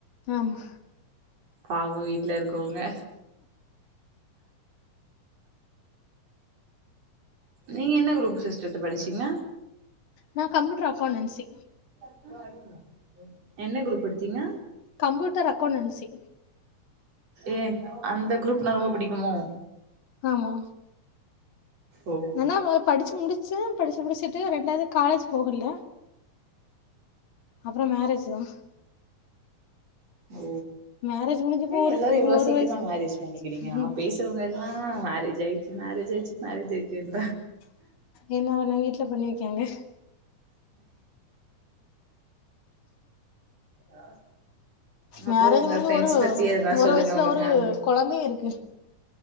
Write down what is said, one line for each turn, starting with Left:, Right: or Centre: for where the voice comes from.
Left: ஆமா
Right: பாவோ வீட்ல இருக்கவுங்க நீங்க என்ன குரூப் சிஸ்டடுத்து படிச்சீங்க
Left: நா கம்ப்பூட்ரு அக்கவுண்டன்ஸி
Right: அ அடிங்க என்ன குரூப் எடுத்தீங்க
Left: கம்பூட்டர் அக்கவுண்டன்சி
Right: ஏங் அந்த குரூப்னா ரொம்ப புடிக்குமோ
Left: ஆமா
Right: ஓ
Left: நல்ல வேல படிச்சு முடிச்சு படிச்சு முடிச்சுட்டு ரெண்டாவ்து காலேஜ் போகல்ல அப்புறோ மேரஜ் தா
Right: ஓ
Left: மேரேஜ் முடிஞ்சு இப்போ
Right: ஏ
Left: ஒரு
Right: எல்லாரு இவ்ளோ
Left: ஒரு
Right: சீக்கிரமா
Left: வயசு
Right: மேரேஜ் பண்ணிக்கிறீங்க நா
Left: ம்
Right: பேசுறவங்க எல்லா ஆ மேரேஜ் ஆயிச்சு மேரேஜ் ஆயிச்சு மேரேஜ் ஆயிச்சுன்றா
Left: ஏன்னா உன்ன வீட்ல பண்ணி வெக்கியாங்க
Right: டாஸ்க் அப்புறோ
Left: மேரேஜ்
Right: உங்க
Left: முடிஞ்சு
Right: ஃப்ரெண்ட்ஸ்
Left: ஒரு
Right: பத்தி எதனா
Left: ஒரு
Right: சொல்லுங்க
Left: வயசுல
Right: உங்க
Left: ஒரு
Right: ஃபேமிலி
Left: கொழந்தையு இருக்கு